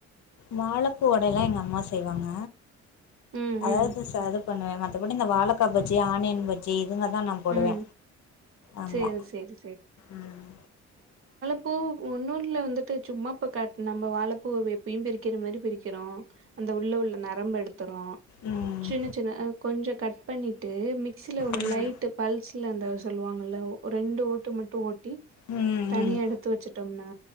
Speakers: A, on the left; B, on the right.
A: வாழப்பூ வட எல்லா எங்க அம்மா செய்வாங்க
B: ம்
A: அதாவது
B: ம்
A: சதப் பண்ணுவே மத்தபடி இந்த வாழக்கா பஜ்ஜி ஆனியன் பஜ்ஜி அதுங்க தா நா போடுவே
B: ம்
A: ஆமா
B: சேரி சேரி
A: உம்
B: பூ ஒன்னு இல்ல வந்துட்டு சும்மாப் இப்ப காட் நம்ப வாழப்பூ வேப் பயு பிரிக்கிற மாரி பிரிக் கிறோ அந்த உள்ள உள்ள நரம்பு எடுத்துரோ
A: ம் ம்
B: சின்ன சின்ன கொஞ்சோ கட் பன்னிட் டு மிக்சில ஒரு
A: ம்
B: லைட்ட பல்ஸ்ல அந்த சொல்லுவாங்கல்ல ரெண்டு ஓட்டு மட்டு ஓட்டி
A: ம்
B: தனிய
A: ம்
B: எடுத்து வச்சுட்டோம்னா